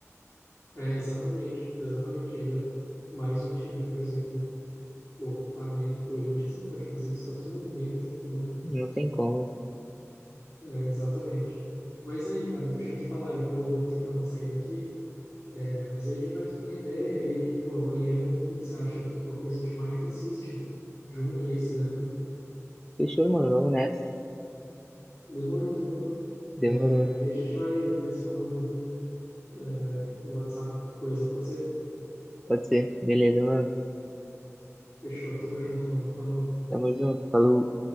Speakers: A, on the left (about 60°); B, in the centre.
A: É, exatamente, exatamente. Ainda mais um time, por exemplo, o Flamengo, Corinthians, não pode fazer isso, tá todo mundo vendo o tempo todo.
B: Não tem como.
A: É, exatamente. Mas aí, cara, deixa eu te falar, eu vou ter que dar uma saída aqui, é, mas aí a gente vai trocando ideia e, pô, amanhã, o que que você acha de qualquer coisa a gente marca e assiste junto aí, se der, pô.
B: Fechou, mano, vamos nessa.
A: Demorou, demorou. É,
B: Demorou.
A: e a gente vai, vai se falando, é, pelo WhatsApp, qualquer coisa, pode ser?
B: Pode ser. Beleza, mano.
A: Fechou, tamo junto, mano. Falou.
B: Tamo junto. Falou.